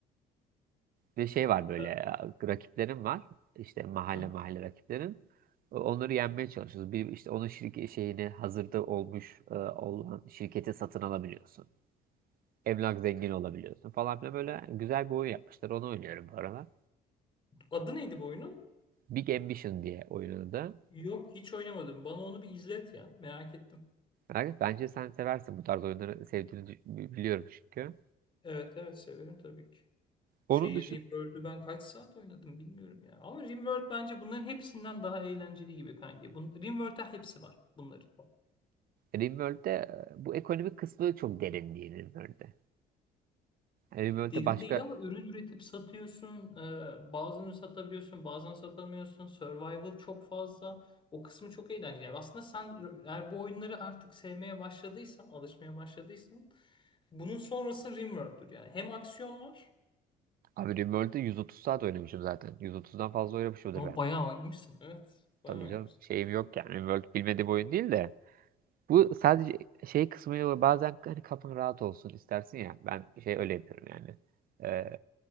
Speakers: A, on the right (about 60°); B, on the left (about 30°).
A: Ve şey var böyle
B: Ha.
A: e, rakiplerim var. İşte mahalle
B: Aha.
A: mahalle rakiplerim. E, Onları yenmeye çalışıyoruz. Bir işte onun şirket şeyini hazırda olmuş e, olan şirketi satın alabiliyorsun. Emlak zengini olabiliyorsun falan filan böyle güzel bir oyun yapmışlar. Onu oynuyorum bu aralar.
B: Adı neydi bu oyunun?
A: Big Ambition diye oyunun adı.
B: Yok hiç oynamadım. Bana onu bir izlet ya. Merak ettim.
A: Yani Bence sen seversin bu tarz oyunları sevdiğini dü- biliyorum çünkü.
B: Evet evet severim tabii ki. Şeyi
A: Onun dışında
B: RimWorld'ü ben kaç saat oynadım bilmiyorum ya. Ama RimWorld bence bunların hepsinden daha eğlenceli gibi kanki. Bun RimWorld'da hepsi var bunların.
A: Rimworld'de e, bu ekonomik kısmı çok derin değil Rimworld'de. Yani Rimworld'de
B: Derin
A: başka
B: değil ama ürün üretip satıyorsun. Ee, bazılarını satabiliyorsun, bazen satamıyorsun. Survival çok fazla. O kısmı çok eğlenceli. Yani aslında sen eğer bu oyunları artık sevmeye başladıysan, alışmaya başladıysan bunun sonrası Rimworld'dür yani. Hem aksiyon var.
A: Abi RimWorld'da 130 saat oynamışım zaten. 130'dan fazla oynamışımdır
B: O
A: ben.
B: bayağı oynamışsın. Evet, bayağı
A: Tabii
B: oynamışsın.
A: canım şeyim yok yani. RimWorld bilmediğim oyun değil de. Bu sadece şey kısmıyla var. bazen hani kafan rahat olsun istersin ya. Ben şey öyle yapıyorum yani. Ee,